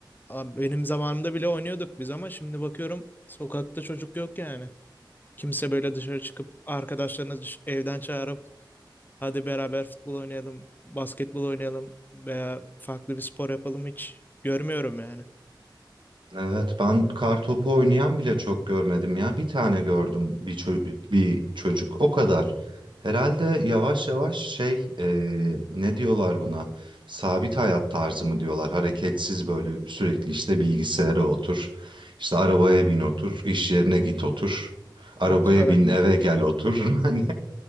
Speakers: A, on the left; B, on the right.
A: Abi Benim zamanımda bile oynuyorduk biz ama şimdi bakıyorum sokakta çocuk yok yani. Kimse böyle dışarı çıkıp arkadaşlarını dış- evden çağırıp hadi beraber futbol oynayalım, basketbol oynayalım veya farklı bir spor yapalım hiç görmüyorum yani.
B: Evet, ben kartopu oynayan bile çok görmedim ya. Bir tane gördüm bir, ço- bir çocuk o kadar. Herhalde yavaş yavaş şey eee, ne diyorlar buna? Sabit hayat tarzı mı diyorlar? Hareketsiz böyle sürekli işte bilgisayara otur, işte arabaya bin otur, iş yerine git otur, arabaya
A: Oturarak.
B: bin eve gel otur. <laughs> Hani